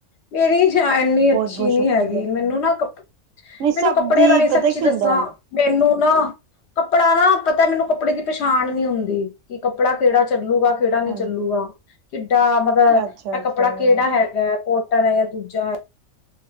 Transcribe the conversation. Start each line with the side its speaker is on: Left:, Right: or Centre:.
Left: ਮੇਰੀ ਜਾਂਚ ਐਨੀ
Right: ਬਹੁਤ
Left: ਅੱਛੀ
Right: ਬਹੁਤ
Left: ਨੀ
Right: ਸ਼ੁਕਰੀਆ
Left: ਹੈਗੀ। ਮੈਨੂੰ ਨਾ, ਕੱਪ,
Right: ਨਹੀਂ ਸਭ
Left: ਮੈਨੂੰ ਕੱਪੜੇ
Right: ਦੀ
Left: ਬਾਰੇ ਸੱਚੀ
Right: ਪਤਾ ਕੀ
Left: ਦੱਸਾਂ,
Right: ਹੁੰਦਾ ਹੈ
Left: ਮੈਨੂੰ ਨਾਂ। ਕੱਪ ਪਰ ਆ ਨਾ, ਪਤਾ ਮੈਨੂੰ ਕੱਪੜੇ ਦੀ ਪਛਾਣ ਨਹੀਂ ਹੁੰਦੀ ਕਿ ਕੱਪੜਾ ਕਿਹੜਾ ਚੱਲੂਗਾ, ਕਿਹੜਾ ਨਹੀਂ
Right: ਹਾਂਜੀ
Left: ਚੱਲੂਗਾ। ਕਿਡ ਕਿਆ ਮਤਲਬ,
Right: ਅੱਛਾ
Left: ਇਹ
Right: ਅੱਛਾ
Left: ਕੱਪੜਾ ਕਿਹੜਾ ਹੈਗਾ ਐ? ਕੋਟਨ ਹੈ ਜਾਂ ਦੂਜਾ ਹੈ।